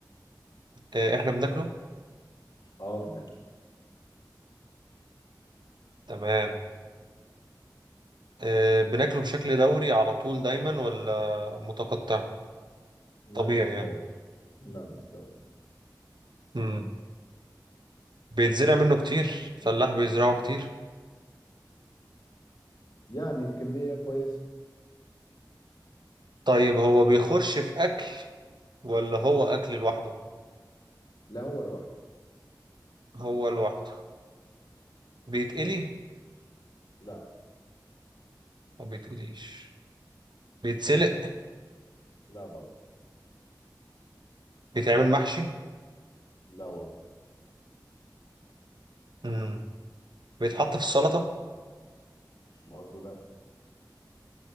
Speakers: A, on the right; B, on the left.
A: آه احنا بناكله
B: اه بناكل
A: تمام آه، بناكله بشكل دوري على طول دايما ولا متقطع
B: لا
A: طبيعي
B: مش
A: يعني
B: دوري لا مش دوري
A: مم. بيتزرع منه كتير فلاح بيزرعه كتير
B: يعني بكمية كويسة
A: طيب هو بيخش في أكل ولا هو أكل لوحده
B: لا هو لوحده
A: هو لوحده بيتقلي
B: لا
A: ما بيتقليش بيتسلق
B: لا برضه
A: بيتعمل محشي
B: لا برضه
A: مم. بيتحط في السلطة
B: برضه لا